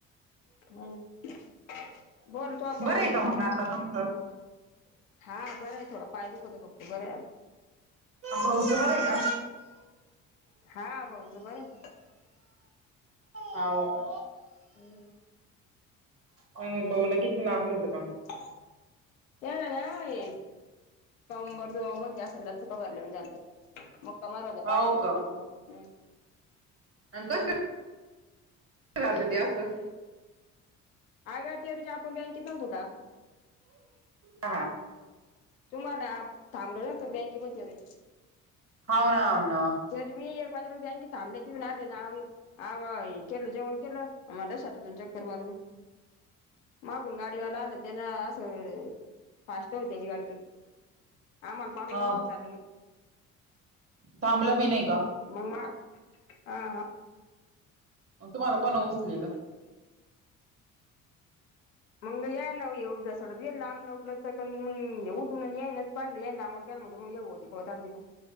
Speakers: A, on the left (about 80°); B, on the right (about 35°).
A: हम्म. बर <unintelligible> चालू
B: बरं आहे
A: होऊन
B: का
A: जाईल ना
B: आता
A: मग?
B: तुमचं
A: हा बरंय. थोडं पाय दुखतो फक्त. बरंये आता.
B: भाऊच बर आहे का?
A: हा. भाऊच बरय.
B: हाव का?
A: हम्म
B: अ हिंडवल कितीक लागलं होत कानू.
A: <unintelligible> कंबर मध्ये असे लचक भरलेल झाल्त. <unintelligible>
B: हाव अन कस - झाल्त ते असं?
A: आग त्यादिवशी आपण बँकेत नव्हतो का?
B: हा हा.
A: तुम्हाला थांबल <unintelligible> बँकेमध्येे रे
B: हाव ना. हाव ना.
A: तरी मी एक वाजपर्यंत बँकेत थांबले. तिथून आले ना? आवा केलं जेवण केलं. म लशात- चक्कर मारून मागून गाडीवाला आलं. त्याला असं फास्ट होती त्याची गाडी लई. आम्हाला पाडून
B: हा
A: न पुढे चाललं गेलं.
B: थांबला बी नाही का?
A: नाही व्ह. अं हां.
B: मग तुम्हाला कोण उचलेलं?
A: मग या ना एवढ्या सडत गे लांबला उलच. कारण मग ये उठून यईनाच. हि दांगोड केला मग पळत आले तिथून.